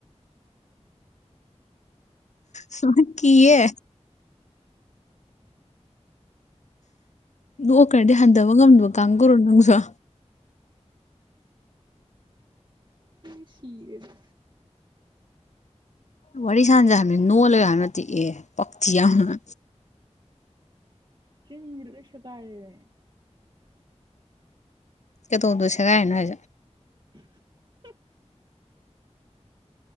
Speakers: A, on the left; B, on the right.
A: ꯁꯅ ꯀꯌꯦ ꯅꯣꯛꯈꯔꯗꯤ ꯍꯟꯊꯕ ꯉꯝꯗꯕ ꯀꯥꯡꯈꯔꯣ ꯅꯪꯁꯨ
B: ꯁꯤꯔꯦꯗ
A: ꯋꯥꯔꯤꯔꯤ ꯁꯥꯟꯖ ꯍꯥꯏ ꯅꯣꯡꯂꯣ ꯍꯥꯏꯅ ꯑꯦ ꯄꯛꯊꯤ ꯌꯥꯎꯅ
B: ꯁꯤ ꯅꯤꯡꯗ ꯁ ꯀꯔꯦꯦ
A: ꯇꯣꯁꯦ ꯀꯥꯏꯅ ꯍꯥꯏ
B: <inaudible>